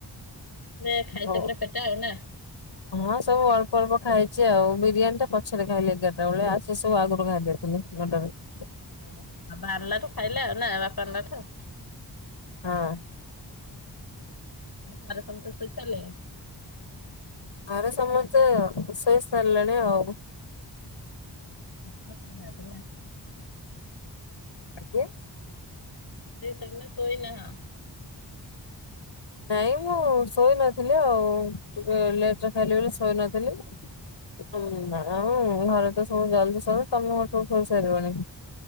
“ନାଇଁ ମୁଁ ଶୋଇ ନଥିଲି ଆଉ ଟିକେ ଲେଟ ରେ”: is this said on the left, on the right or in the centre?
Left